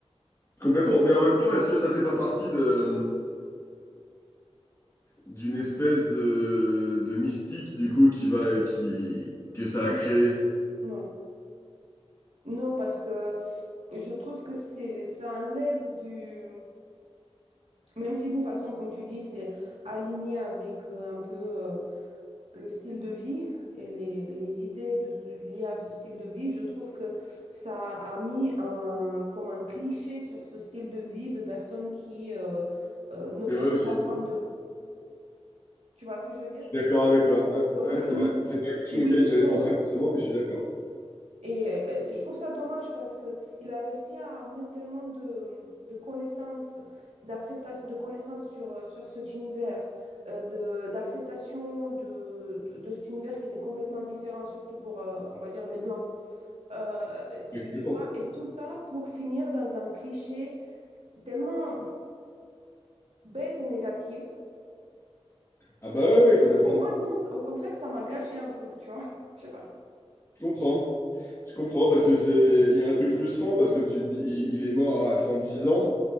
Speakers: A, on the left; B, on the right.
A: complètement. Mais en même temps, est-ce que ça fait pas partie de d'une espèce de, de mystique du coup qui va qui que ça a
B: Non,
A: créé?
B: non, non, parce que je trouve que c'est, ça enlève du, même si d'une façon, comme tu dis, c'est aligné avec euh, un peu euh, le style de vie et les, les idées de, liées à ce style de vie, je trouve que ça a mis un, comme un cliché sur ce style de vie de personnes qui euh, euh, ne
A: C'est
B: prennent
A: vrai aussi.
B: pas soin d'eux. Tu vois ce que je veux dire?
A: D'accord avec toi. Ouais,
B: Donc,
A: ouais, c'est
B: n-
A: vrai. C'est pas quelque chose
B: oui,
A: auquel j'avais pensé
B: mais non.
A: forcément, mais je suis d'accord.
B: Et euh, je trouve ça dommage parce que il a réussi à amener tellement de, de connaissances, d'acceptation, de connaissances sur, euh, sur cet univers, euh, de, d'acceptation de, de, de cet univers qui était complètement différent, surtout pour, euh, on va dire, les Blancs. Euh,
A: Mais
B: tu,
A: complètement.
B: tu vois, et tout ça pour finir dans un cliché tellement bête et négatif.
A: Ah bah ouais, ouais, complètement.
B: Pour moi, non, au contraire, ça m'a gâché un truc, tu vois. <laughs> Je sais pas.
A: Je comprends. Je comprends parce que c'est, il y a un truc frustrant parce que tu te dis, il, il est mort à 36 ans.